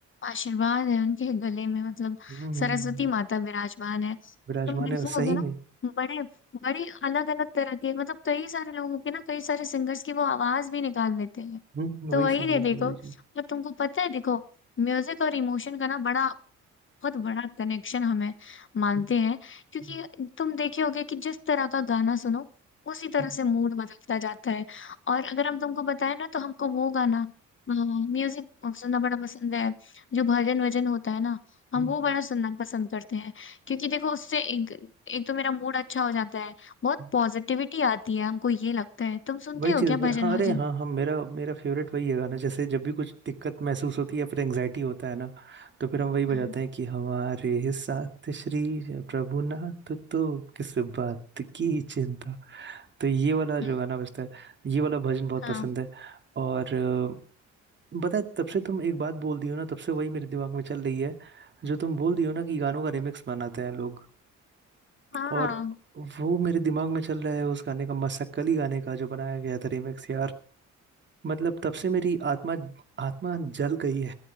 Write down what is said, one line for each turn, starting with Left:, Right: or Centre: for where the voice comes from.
Left: आशीर्वाद है उनके गले में मतलब
Right: हम्म हम्म, हम्म।
Left: सरस्वती माता विराजमान है
Right: विराजमान
Left: तुम देखोगे
Right: है सही
Left: ना
Right: में
Left: बड़े बड़े अलग अलग तरह के मतलब कई सारे लोगों के ना कई सारे सिंगर्स की वो आवाज भी निकाल लेते हैं
Right: हम्म हम्म,
Left: तो
Right: वही
Left: वही
Right: चीज
Left: दे
Right: वही चीज
Left: देखो
Right: वही चीज
Left: और तुमको पता है देखो म्यूजिक और इमोशन का ना बड़ा बहुत बड़ा कनेक्शन हमें मानते
Right: हम्म
Left: हैं क्योंकि
Right: हम्म
Left: तुम देखे होगे कि जिस तरह का गाना सुनो उसी तरह
Right: हम्म,
Left: से मूड बदलता जाता है और अगर हम तुमको बताएं ना तो हमको वो गाना म्यूजिक सुनना बड़ा पसंद है जो भजन वजन होता है ना हम
Right: हम्म,
Left: वो बड़ा सुनना पसंद करते हैं क्योंकि देखो उससे एक एक तो मेरा मूड अच्छा हो जाता है बहुत
Right: हम्म।
Left: पॉजिटिविटी आती है हमको ये लगता है तुम सुनते
Right: वही
Left: हो
Right: चीज
Left: क्या
Right: वही-
Left: भजन
Right: हाँ अरे
Left: वजन
Right: हाँ हम मेरा मेरा फेवरेट वही है गाना जैसे जब भी कुछ दिक्कत महसूस होती है या फिर एंजाइटी होता है ना तो फिर हम वही बजाते
Left: हम्म
Right: हैं कि हमारे साथ श्री प्रभु नाथ तो किस बात की चिंता तो ये वाला जो
Left: हम्म,
Right: गाना बजता है ये वाला भजन बहुत
Left: हाँ
Right: पसंद है और अ, पता है तब से तुम एक बात बोल दी हो ना तब से वही मेरे दिमाग में चल रही है जो तुम बोल दी हो ना कि गानों का रिमिक्स बनाते हैं लोग
Left: हाँ
Right: और वो मेरे दिमाग में चल रहा है उस गाने का मसक्कली गाने का जो बनाया गया था रिमिक्स मतलब तब से मेरी आत्मा आत्मा जल गई है